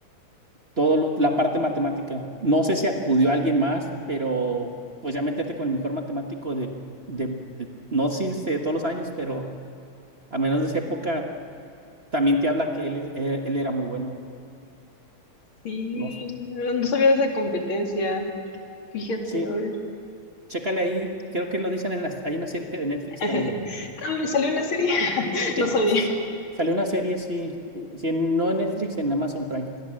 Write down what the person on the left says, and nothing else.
Sí,
sí, no no sabía de esa competencia. Fíjate,
a ver.
<laughs>
Ah, me salió una serie, <laughs>
no sabía.